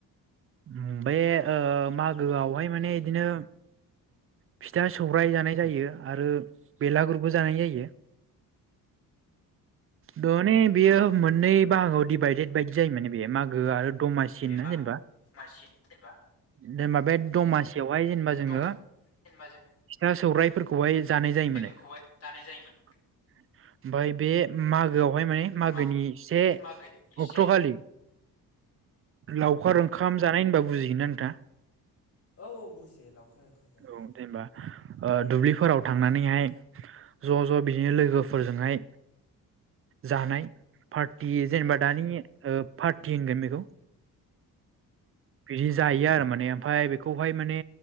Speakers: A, on the right; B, on the left.
A: ओमफ्राय ओ मागोआवहाय माने बिदिनो फिथा सौरायाइ जानाय जायो। आरो बेलागुरबो जानाय जायो। दन बियो मोननै बाहागोआव दिडभाइडेड बायदि जायो माने बे मोखो आरो दमासि
B: बे माग
A: जेनेबा
B: दमासि जेनेबा
A: जेनेबा बे दमासियावहाय जेनेबा जोङो
B: दमासि जेनेबा जों
A: फिथा सौराइ फोरखौहाय जानाय
B: फिथाइफोरखौहाय
A: जायोमोन ओमफ्राय
B: जानाय जायोमोन
A: बे मागो मागोआवहाय माने मागोनि
B: मा
A: से
B: मागोनि
A: अक्ट'खालि
B: से
A: लावखार ओंखाम जानाय होनबा बुजि दिन आनथा
B: औ औ बुजियो लावखार ओंखाम जानाय
A: औ जेनेबा ओ दुब्लिफोराव थांनानैहाय ज' ज' बिदिनो लोगोफोरजोंहाय जानाय पार्टि जेनेबा दानि ओ पार ति होनगोन बेखौ बिदि जायो आरो माने बे ओमफ्राय बेखौहाय माने